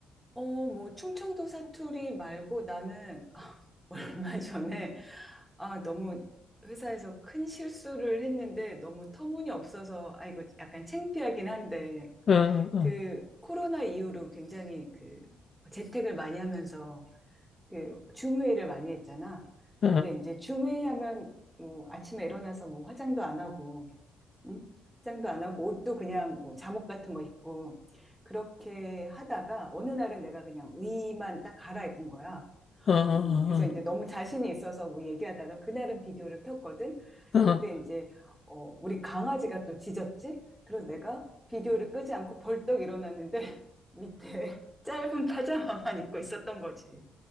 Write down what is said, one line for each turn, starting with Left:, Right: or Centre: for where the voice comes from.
Centre: 어, 뭐 충청도 사투리 말고 나는 <laughs> 얼마 전에 아, 너무 회사에서 큰 실수를 했는데 너무 터무니없어서, 아, 이거 약간 창피하긴 한데,
Left: 어, 어, 어,
Centre: 그 코로나 이후로 굉장히 그 재택을 많이 하면서 그줌 회의를 많이 했잖아.
Left: 어,
Centre: 근데 이제 줌 회의하면 뭐 아침에 일어나서 뭐 화장도 안 하고, 응? 화장도 안 하고 옷도 그냥 뭐 잠옷 같은 거 입고 그렇게 하다가 어느 날은 내가 그냥 위만 딱 갈아입은 거야.
Left: 어, 어,
Centre: 음, 그래서 이제 너무 자신이 있어서 뭐 얘기하다가 그날은 비디오를 켰거든.
Left: 어. 어.
Centre: 근데 이제, 어, 우리 강아지가 또 짖었지? 그래서 내가 비디오를 끄지 않고 벌떡 일어났는데 <laughs> 밑에 <laughs> 짧은 파자마만 입고 있었던 거지.